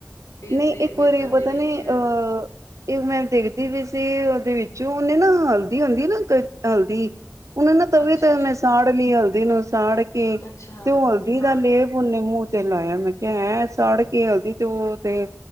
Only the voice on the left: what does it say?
ਫੇਸ
ਵੇਸਣ
ਦੇ
ਵਿੱਚ
ਅੱਛਾ
ਅੱਛਾ
ਹਾਂ